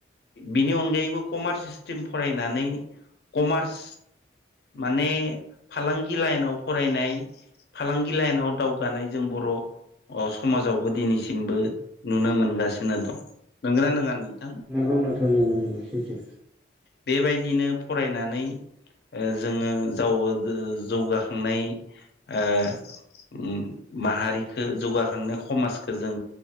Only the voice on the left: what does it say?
बिनि अनगायैबो कमार्स स्ट्रिम फरायनानै कमार्स माने फालांगि लाइनाव फरायनाय फालांगि लाइनाव दावगानाय जों बर अ समाजावबो दिनैसिमबो नुनो मोनगासिनो दं नंगना नङा नोंथां
बेबायदिनो फरायनानै ओं जोङो जावो गोहो जौगाखांनाय ओ उम माहारिखो जौगाखांनो हमाजखो जों